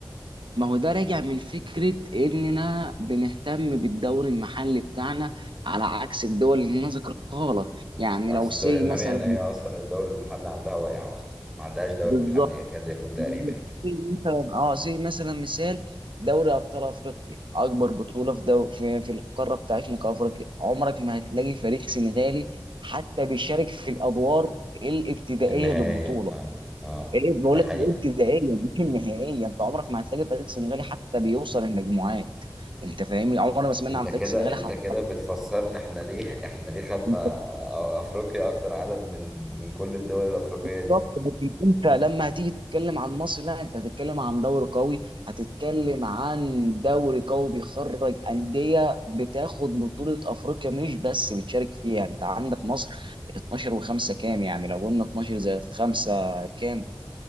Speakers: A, on the right (about 75°); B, in the centre.
A: ما هو ده راجع من فكرة إننا بنهتم بالدوري المحلي بتاعنا على عكس الدول اللي أنا ذكرتها لك يعني
B: عكس
A: لو سي
B: الدوري النامية
A: مثلا
B: ان هي اصلا الدوري المحلي عندها واقع اصلا ما عندهاش دوري
A: بالظبط
B: محلي يكاد يكون تقريبا
A: بالظبط.
B: يعني
A: زي مثلا اه زي مثلا مثال دوري ابطال افريقيا اكبر بطوله في دو في, في القاره بتاعتنا كافريقيا عمرك ما هتلاقي فريق سنغالي حتى بيشارك في الادوار الابتدائيه
B: النهائية
A: للبطوله
B: اه اه
A: يعني ايه بقول
B: ده حقيقي
A: لك الابتدائيه مش النهائيه انت عمرك ما هتلاقي فريق سنغالي حتى بيوصل المجموعات انت فاهمني عمرنا ما سمعنا
B: انت
A: عن
B: كده
A: فريق سنغالي
B: انت
A: حتى
B: كده بتفسر لي احنا ليه <laughs> احنا ليه خدنا
A: طبعا
B: افريقيا اكتر عدد من من كل الدول الافريقية
A: بالظبط
B: دي
A: لكن انت لما هتيجي تتكلم عن مصر لا انت هتتكلم عن دوري قوي هتتكلم عن دوري قوي بيخرج انديه بتاخد بطوله افريقيا مش بس بتشارك فيها يعني انت عندك مصر 12 و5 كام يعني لو قلنا 12 زائد 5 كام